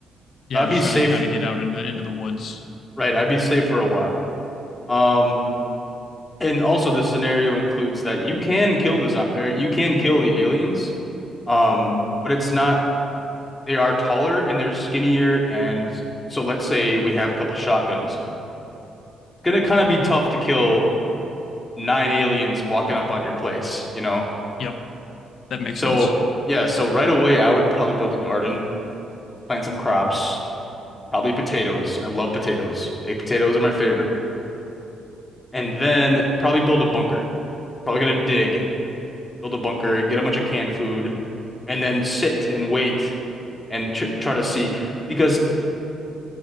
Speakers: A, on the left; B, on the left.
A: yeah,
B: So I'd
A: just
B: be safe,
A: try to kind of get out into into the woods.
B: right? I'd be safe for a while. Um, and also the scenario includes that you can kill the zo- or you can kill the aliens, um, but it's not they are taller and they're skinnier, and so let's say we have a couple shotguns. It's gonna kind of be tough to kill nine aliens walking up on your place, you know?
A: Yep, that makes
B: So
A: sense.
B: yeah, so right away I would probably build a garden, plant some crops, probably potatoes. I love potatoes. Baked potatoes are my favorite. And then probably build a bunker. Probably gonna dig, build a bunker, get a bunch of canned food, and then sit and wait and tr try to see because